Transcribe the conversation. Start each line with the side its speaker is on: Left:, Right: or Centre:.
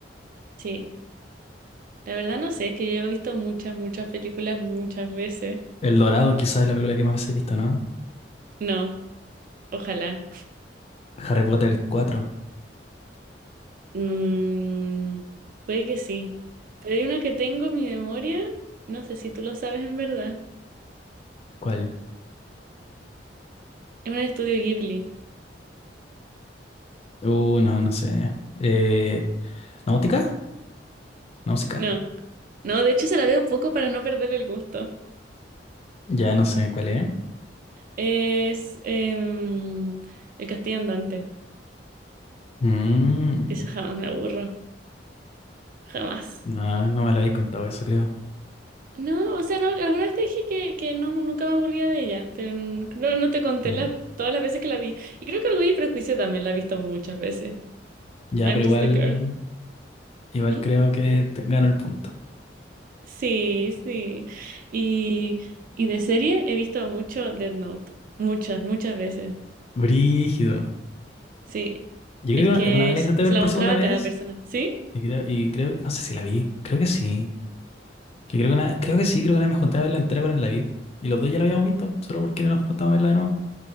Right: Sí. La verdad no sé, es que yo he visto muchas, muchas películas muchas veces.
Left: El Dorado quizás es la película que más veces he visto, ¿no?
Right: No, ojalá.
Left: Harry Potter cuatro.
Right: Mm, puede que sí. Pero hay una que tengo en mi memoria. No sé si tú lo sabes en verdad.
Left: ¿Cuál?
Right: Es un estudio Ghibli.
Left: Uh, no, no sé. Eh, ¿Náutica? ¿Náutica?
Right: No, no, de hecho se la veo poco para no perder el gusto.
Left: Ya no sé cuál es.
Right: Es em, El Castillo Andante.
Left: Mm,
Right: De esa jamás me aburro. Jamás.
Left: no, no me lo habéis contado eso, creo.
Right: No, o sea, no, alguna vez te dije que, que no, nunca me aburría de ella, pero n- no, no te conté
Left: Mm.
Right: las, todas las veces que la vi. Y creo que Orgullo y Prejuicio también la he visto muchas veces.
Left: Ya,
Right: I'm
Left: pero
Right: just
Left: igual,
Right: a girl.
Left: igual
Right: ¿Mm?
Left: creo que te- gano el punto.
Right: Sí, sí. Y, y de serie he visto mucho Dead Note. Muchas, muchas veces.
Left: Brígido.
Right: Sí.
Left: Yo
Right: Es
Left: creo
Right: que
Left: que una, una vez la
Right: se
Left: intenté
Right: se
Left: ver
Right: la
Left: por
Right: mostraba
Left: segunda
Right: a
Left: vez
Right: cada persona. ¿Sí?
Left: y creo, y creo, no sé si la vi, creo que sí. Que creo que una, creo que sí, creo que una vez me junté a verla entera con el David. Y los dos ya la habíamos visto, solo porque no nos juntamos a verla de nuevo.